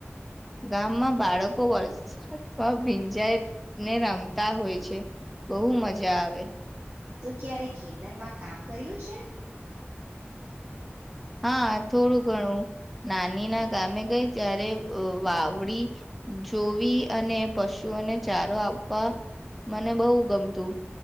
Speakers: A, in the centre; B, on the right.
A: ગામમાં બાળકો વરસાદમાં ભીંજાઈને રમતા હોય છે. બહુ મજા આવે.
B: તું ક્યારે ખેતરમાં કામ કર્યું છે?
A: હા થોડું ઘણું નાની ના ગામે ગઈ ત્યારે વાવડી જોવી અને પશુઓને ચારો આપવા મને બહુ ગમતું.